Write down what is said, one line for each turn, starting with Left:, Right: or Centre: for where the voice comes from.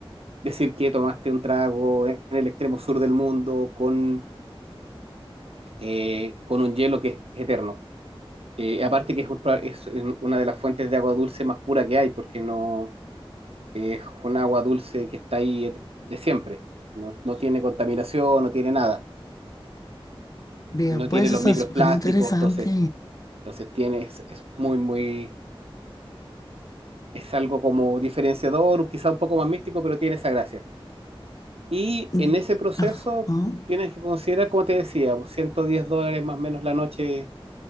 Right: decir que tomaste un trago en el extremo sur del mundo con, eh, con un hielo que es eterno. Eh, aparte que es, un- es una de las fuentes de agua dulce más pura que hay, porque no es un agua dulce que está ahí et- de siempre. No, no tiene contaminación, no tiene nada,
Left: Vea,
Right: no
Left: pues
Right: tiene los
Left: está
Right: microplásticos,
Left: súper interesante.
Right: entonces Entonces tienes es, muy, muy, es algo como diferenciador, quizá un poco más místico, pero tiene esa gracia. Y
Left: Mm,
Right: en ese proceso
Left: Ajá.
Right: tienes que considerar, como te decía, pues, 110 dólares más o menos la noche